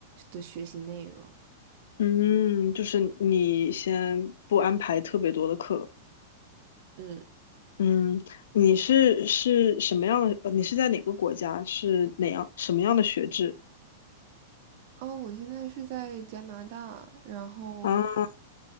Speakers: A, on the right; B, on the left.
A: 的学习内容。
B: 嗯，就是你先不安排特别多的课。
A: 嗯。
B: 嗯，你是是什么样的？呃你是在哪个国家？是哪样什么样的学制
A: 哦，我现在是在加拿大，然后
B: 啊？